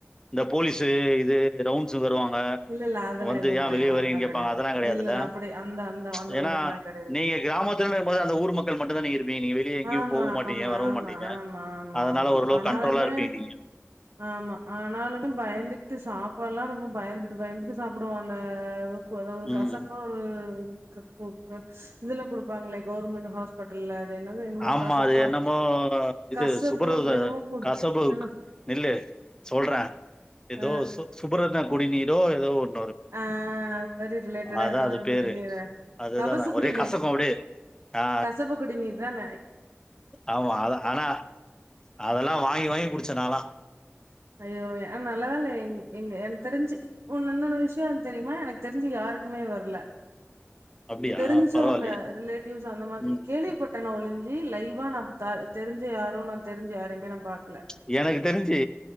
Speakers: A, on the left (about 15°); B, on the right (about 75°).
A: இந்த போலீஸ். து இது ரவுண்ட். ஸ்சு வருவாங்க.
B: இல்ல இல்ல அதெல்லா
A: வந்து
B: எதுவு
A: ஏன்
B: கெடையாது
A: வெளிய வருவீங்கனு
B: அதெல்லா
A: கேப்பாங்க
B: கெடையாது
A: அதெல்லா கெடையாதுல.
B: இல்ல இல்ல அப்படி அந்த அந்த
A: ம்ச்
B: அந்த
A: ஏனா
B: மாதிரிலா கெடையாது
A: நீங்க கிராமத்தில இருபது அந்த ஊர் மக்கள் மட்டும்தா நீங்க. நீங்க வெளிய எங்கயும்.
B: ஆமா
A: போகவும்மாட்டீங்க
B: ஆமா
A: வரவும்
B: ஆமா
A: மாட்டீங்க
B: ஆமா ஆமா
A: அதனால
B: ஆமா
A: ஓரளவு
B: ஆனாலுமே
A: கண்ட்ரோலா இருப்பீங்க நீங்க.
B: ஆமா ஆனாலுமே பயந்துட்டு சாப்பாடெல்லா ரொம்ப பயந்துட்டு பயந்துட்டு சாப்புடுவோ அந்த. அத ஒரு
A: ம்.
B: கசப்பா ஒரு. க்கு கஸ் இதுல கொடுப்பாங்களே கவர்மெண்ட் ஹாஸ்பிட்டல்ல. அது என்னது என்னமோ
A: ஆம்மா
B: கசப்பா
A: அது என்னமோ இது
B: கசப்பு
A: சுப்பரது
B: என்னமோ குடு
A: கசப்பு
B: என்ன
A: நில. ல சொல்ற. ஏதோ
B: ஆ
A: சொக் சுப. குடிநீரோ ஏதோ ஒன்.
B: ஆஹா பரி ரிலேட்டடா
A: அதான்
B: ஏதோ
A: அது
B: ஒரு
A: பேரு.
B: குடிநீரே.
A: அதுதான்
B: கபச
A: நான்
B: குடிநீர்
A: ஒரே கசக்கும் அப்படியே. ஆ
B: கசப்பு குடிநீர்தான.
A: ஆமா அத ஆனா அதெல்லாம வாங்கி வாங்கி குடிச்ச நாளா.
B: ஐயோ ஹ நல்ல வேல்ல எங்க எங்க எனக்கு தெரிஞ்சு ஒன்னொன்னா ஒரு இன்னொன்னு விஷயோ தெரியுமா எனக்கு தெரிஞ்சு யாருக்குமே வரல.
A: அப்படியா?
B: தெரிஞ்சுவங்க
A: பரவாயில்லையே!
B: ரிலேட்டிவ்ஸ் அந்த மாரி
A: ம்.
B: கேள்விப்பட்டனோ ஒலிஞ்சு. ஜி லைவ்வா நா த தெரிஞ்சி யாரும் நான் தெரிஞ்சு யாரிம்மே நா பாக்.
A: ப் ச் எனக்கு தெரிஞ் ஞ்சி